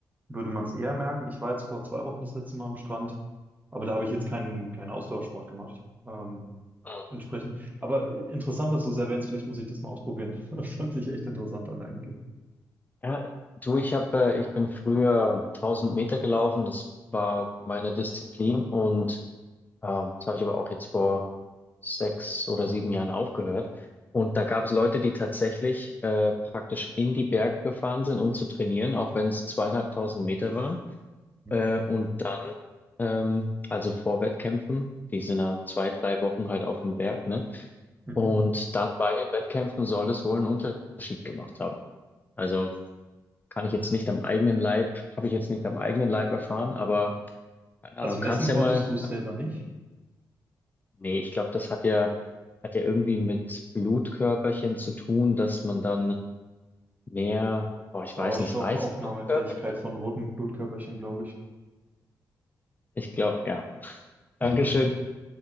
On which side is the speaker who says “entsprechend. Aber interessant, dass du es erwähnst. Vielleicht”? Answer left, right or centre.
Right